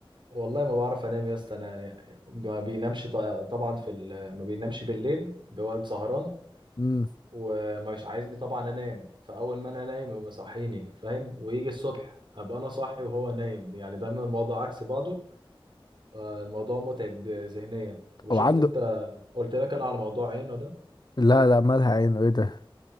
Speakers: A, on the right (about 60°); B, on the left (about 50°).
A: والله ما بعرف انام يا اسطى انا ما بينامش ط- طبعا في ال... ما بينامش بالليل بيقعد سهران
B: امم
A: ومش عايزني طبعا انام فاول ما انا نايم يقوم يصحيني فاهم ويجي الصبح هبقى انا صاحي وهو نايم يعني دايما الموضوع عكس بعضه فالموضوع متعب ذهنيا وشفت
B: او عنده
A: انت قلت لك انا على موضوع عينه ده
B: لا لا مالها عينه ايه ده